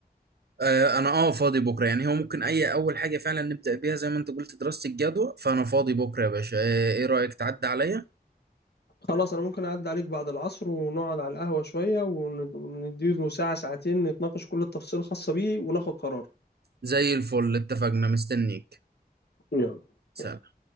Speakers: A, on the right; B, on the left.
A: آه انا اه فاضي بكره يعني هو ممكن اي اول حاجه فعلا نبدأ بيها زي ما انت قلت دراسة الجدوى فانا فاضي بكره يا باشا آه ايه رأيك تعدي عليا
B: خلاص انا ممكن اعدي عليك بعد العصر ونقعد على القهوه شويه ونديله ساعه ساعتين نتناقش كل التفاصيل الخاصه بيه وناخد قرار
A: زي الفل اتفقنا مستنيك
B: يلا
A: سلام